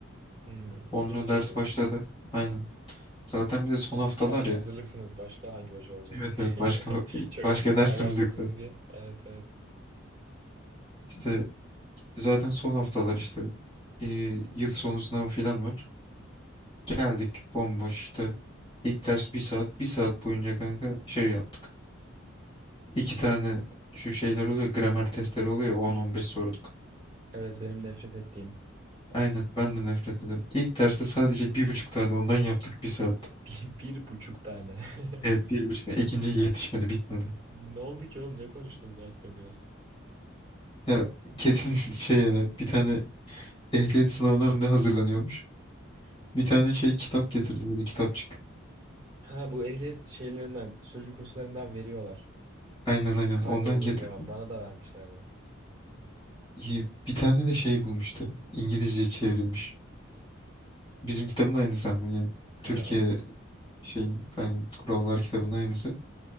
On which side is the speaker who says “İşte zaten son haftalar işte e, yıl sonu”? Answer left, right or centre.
Left